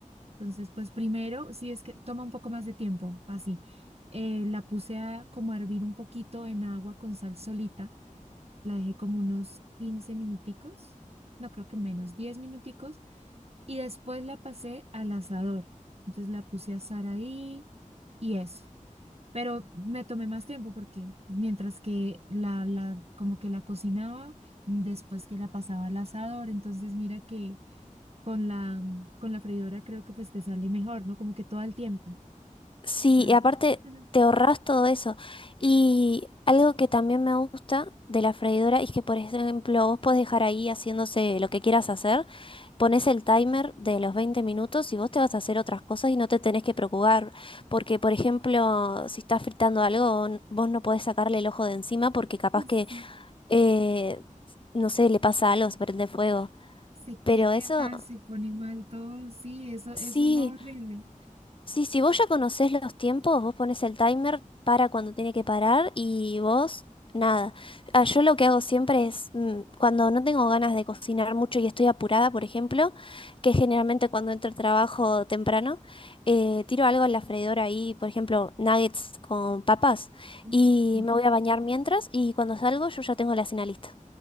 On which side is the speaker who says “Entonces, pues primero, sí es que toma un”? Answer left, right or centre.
Right